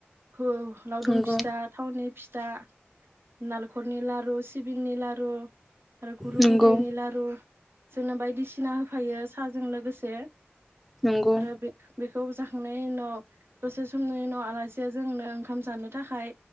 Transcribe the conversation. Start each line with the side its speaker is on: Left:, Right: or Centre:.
Right: हो लावदुम
Centre: नंगौ
Right: फिथा थावनि फिथा। दा नालखरनि लारु सिबिंनि लारु- आरो गुर
Centre: नंगौ
Right: मिथाइ निलारु। जोंनो बायदिसिना होफायो साहाजों लोगोसे।
Centre: नंगौ
Right: आरो बेखौ बेखौ जाखांनायनि उनाव दसे समनि उनाव आलासिया जोंनो ओंखाम जानो थाखाय,